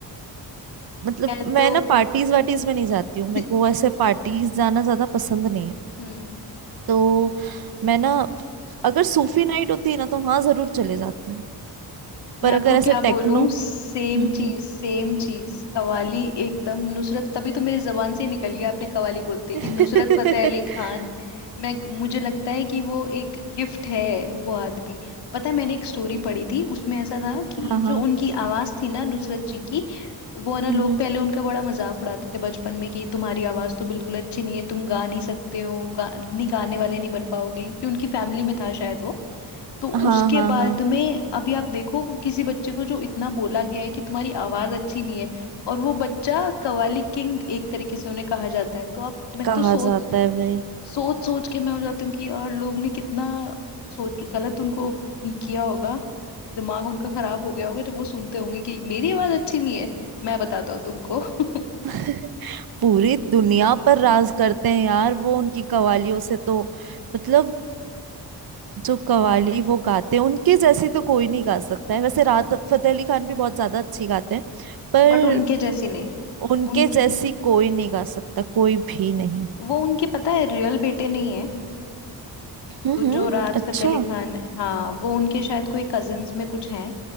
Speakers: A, on the right; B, on the left.
A: मतलब
B: मैं तो
A: मैं ना पार्टीज वार्टीज में नहीं जाती हूँ मेरे
B: <laughs>
A: को ऐसे पार्टीज जाना ज्यादा पसंद नहीं है
B: हम्म
A: तो मैं ना अगर सूफी नाइट होती ना तो वहां जरूर चले जाती हूँ
B: मैं
A: पर
B: आपको
A: अगर ऐसे
B: क्या
A: टेक्नो
B: बोलूं
A: हम्म
B: सेम चीज
A: हम्म
B: सेम चीज कवाली एकदम नुसरत तभी तो मेरे जबान से ही निकल गया आपने कवाली बोलते
A: <laughs>
B: कि नुसरत फतेह अली खान मैं मुझे लगता है कि वो एक गिफ्ट है वो आदमी पता है मैंने एक स्टोरी पढ़ी थी उसमें ऐसा था कि
A: हाँ हाँ
B: जो उनकी आवाज थी ना नुसरत जी की वो है ना
A: हम्म
B: लोग
A: हम्म
B: पहले उनका बड़ा मजाक उड़ाते थे बचपन में कि तुम्हारी आवाज तो बिल्कुल अच्छी नहीं है तुम गा नहीं सकते हो गा, नहीं गाने वाले नहीं बन पाओगे क्योंकि उनकी फैमिली में था शायद वो तो
A: हाँ
B: उसके
A: हाँ
B: बाद
A: हाँ
B: में अभी आप देखो किसी बच्चे को जो इतना बोला गया है कि तुम्हारी आवाज अच्छी नहीं है और वो बच्चा कवाली किंग एक तरीके से उन्हें कहा जाता है तो आप मैं
A: कहा
B: तो सोच
A: जाता है भाई
B: सोच सोच के मैं हो जाती हूँ कि यार लोग ने कितना सोच गलत उनको किया होगा दिमाग उनका खराब हो गया होगा जब वो सुनते होंगे कि मेरी आवाज अच्छी नहीं है मैं बताता हूँ तुमको <laughs>
A: <laughs> पूरी दुनिया पर राज करते हैं यार वो उनकी कवालियों से तो मतलब जो कवाली वो गाते हैं उनके जैसी तो कोई नहीं गा सकता है वैसे राहत फतेह अली खान भी बहुत ज्यादा अच्छी गाते हैं पर
B: बट उनके जैसी नहीं
A: उनके
B: उनके
A: जैसी कोई नहीं गा सकता कोई भी नहीं
B: वो उनके पता है रियल बेटे नहीं
A: हम्म
B: वो
A: हम्म,
B: जो राहत
A: अच्छा
B: फतेह अली खान है हाँ वो उनके शायद कोई कजिन्स में कुछ हैं